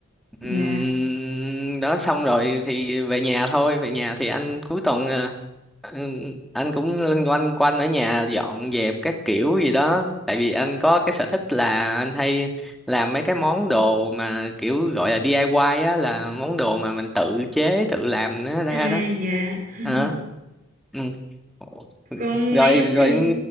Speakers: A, on the right (about 40°); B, in the centre.
A: dạ
B: Ừm, đó xong rồi thì về nhà thôi về nhà thì anh cuối tuần à, ừm, anh cũng loanh quanh quanh ở nhà dọn dẹp các kiểu gì đó tại vì anh có cái sở thích là anh hay làm mấy cái món đồ mà kiểu gọi là DIY á là món đồ mà mình tự chế tự làm nó ra
A: à
B: đó
A: dạ <laughs>
B: Hả? Ừm. Ủa,
A: còn
B: rồi
A: em
B: rồi
A: thì